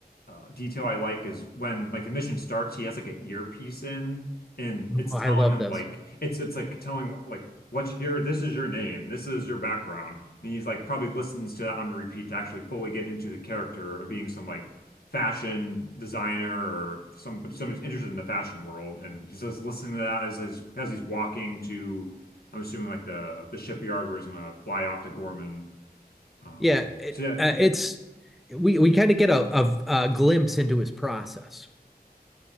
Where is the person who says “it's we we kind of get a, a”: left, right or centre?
Centre